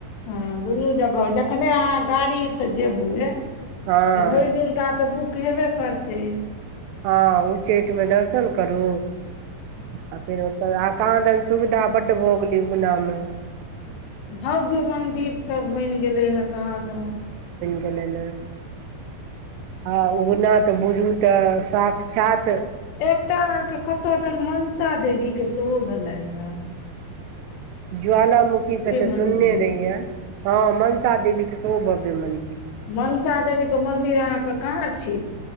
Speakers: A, on the left; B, on the right.
A: हँ दुनू जगह जखने अहां गाड़ी से जेबै त
B: हँ
A: भरि दिनका त बुक हेबे करतै
B: हँ उच्चैठमे दर्शन करू आ फेर ओतऽ आ कहाँ दन सुविधा बड्ड भऽ गेलै उगनामे
A: भव्य मन्दिर सभ बनि गेलै है कहाँ दन
B: गेलन यै आ उगना तऽ बुझू तऽ साक्षात
A: एकटा अहाँके कत दन मनसा देवीके सेहो भेलनि ह
B: ज्वालामुखी के तऽ
A: मंदिर
B: सुनने रहिये हँ मनसा देवी के सेहो भव्य मन्दिर
A: मनसा देवीके मन्दिर अहाँके कहाँ छी